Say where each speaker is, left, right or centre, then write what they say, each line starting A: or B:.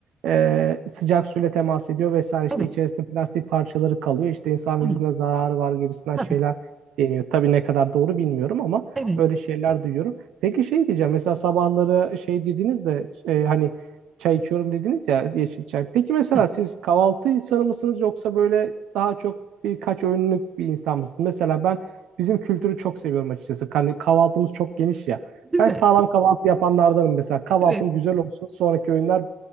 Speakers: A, on the right; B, on the right.
A: e, sıcak suyla temas ediyor vesaire işte
B: Evet,
A: içerisinde plastik parçaları kalıyor işte insan vücuduna
B: evet,
A: zararı var gibisinden
B: tabii.
A: şeyler deniyor. Tabii ne kadar doğru bilmiyorum ama
B: Evet,
A: öyle şeyler duyuyorum. Peki şey diyeceğim mesela sabahları şey dediniz de e, hani çay içiyorum dediniz ya yeşil çay. Peki mesela
B: evet.
A: siz kahvaltı insanı mısınız yoksa böyle daha çok birkaç öğünlük bir insan mısınız? Mesela ben Bizim kültürü çok seviyorum açıkçası. Hani kahvaltımız çok geniş ya.
B: Değil
A: Ben
B: mi?
A: sağlam kahvaltı yapanlardanım mesela. Kahvaltım
B: <laughs> Evet.
A: güzel olsun. Sonraki öğünler